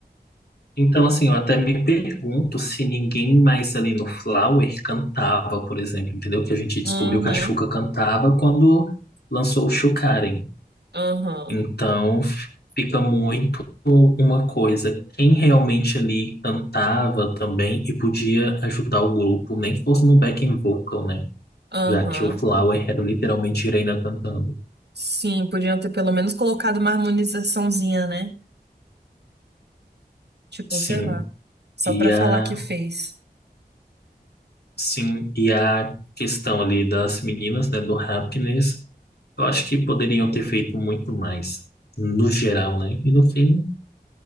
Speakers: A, on the left (about 75°); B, on the right (about 90°).
A: Então, assim, eu até me pergunto se ninguém mais ali no Flower cantava, por exemplo, entendeu? Que a gente descobriu
B: Uhum,
A: que a Xuca cantava quando lançou o Xucaren.
B: uhum,
A: Então, fica muito uma coisa, quem realmente ali cantava também e podia ajudar o grupo, nem que fosse num backing vocal, né?
B: uhum.
A: Já que o Flower era literalmente Irena cantando.
B: Sim, podiam ter pelo menos colocado uma harmonizaçãozinha, né? Tipo,
A: Sim.
B: sei lá. Só
A: E
B: pra
A: a
B: falar que fez.
A: Sim, e a questão ali das meninas, né, do happiness, eu acho que poderiam ter feito muito mais, no geral, né? E no fim,